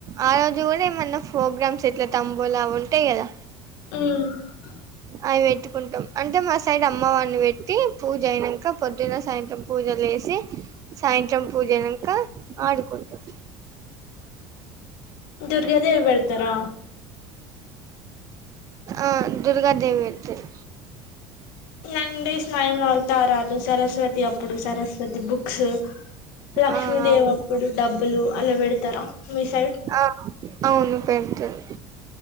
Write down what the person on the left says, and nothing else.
మ్మ్
దుర్గ దేవి పెడ్తరా
నైన్ డేస్ నైన్ అవుతారాలు, సరస్వతి అప్పుడు సరస్వతి బుక్స్ లక్ష్మీదేవి
అప్పుడు డబ్బులు అలా పెడతారా మీ సైడ్